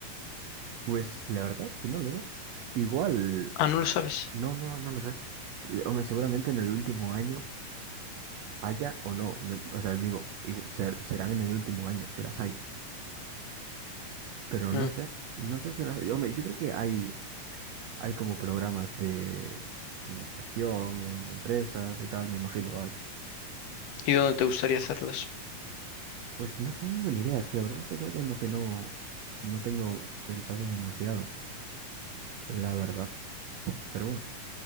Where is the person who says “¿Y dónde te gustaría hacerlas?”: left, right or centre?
Left